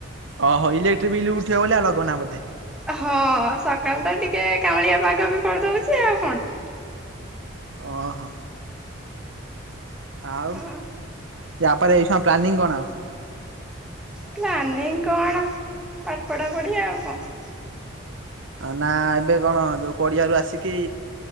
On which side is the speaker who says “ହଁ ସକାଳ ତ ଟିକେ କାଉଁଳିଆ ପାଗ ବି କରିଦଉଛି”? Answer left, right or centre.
Centre